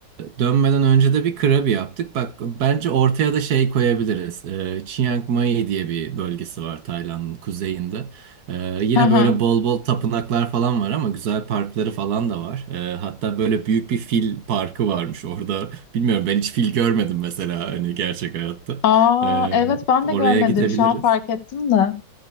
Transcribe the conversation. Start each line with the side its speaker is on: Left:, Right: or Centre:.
Right: dönmeden önce de bir krabi yaptık. Bak bence ortaya da şey koyabiliriz. E, Chiang Mai diye bir bölgesi var Tayland'ın kuzeyinde. E, yine
Left: Hı hı.
Right: böyle bol bol tapınaklar falan var ama güzel parkları falan da var. E, hatta böyle büyük bir fil parkı varmış orada. Bilmiyorum ben hiç fil görmedim mesela hani gerçek hayatta.
Left: Aa,
Right: Ee,
Left: evet ben
Right: oraya
Left: de görmedim.
Right: gidebiliriz.
Left: Şu an fark ettim de.